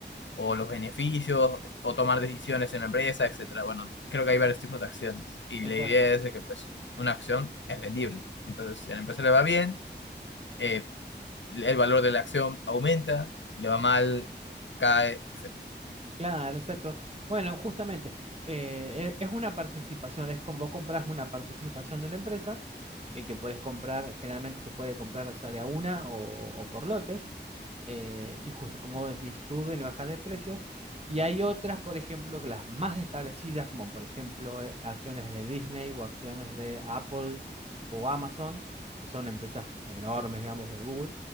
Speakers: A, on the left; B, on the right.
A: o los beneficios o tomar decisiones en la empresa, etcétera. Bueno, creo que hay varios tipos de acciones y
B: Exacto.
A: la idea es de que pues una acción es vendible. Entonces, si a la empresa le va bien, eh, el valor de la acción aumenta, si le va mal, pues cae, etcétera.
B: Claro, exacto. Bueno, justamente, eh, e- es una participación, es como vos compras una participación de la empresa, eh, que puedes comprar, generalmente se puede comprar, o sea, de a una o, o por lotes. eh, y justo como vos decís, suben y bajan de precios. Y hay otras, por ejemplo, que las más establecidas, como por ejemplo eh, acciones de Disney o acciones de Apple o Amazon, que son empresas enormes, digamos, o de Google,